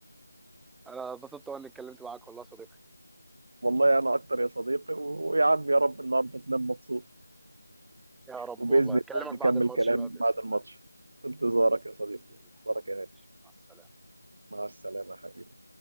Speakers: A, in the centre; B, on the right.
A: <laughs> انا اتبسطت وانا اتكلمت معاك والله يا صديقي
B: والله انا اكتر يا صديقي و- ويا عم يا رب النهارده تنام مبسوط
A: يا رب
B: وباذن
A: والله اكلمك
B: الله
A: بعد
B: نكمل
A: الماتش
B: كلام
A: بقى باذن
B: بعد
A: الله
B: الماتش في انتظارك يا صديقي
A: باذن الله
B: انتظارك يا غالي
A: مع السلامه
B: مع السلامه يا حبيبي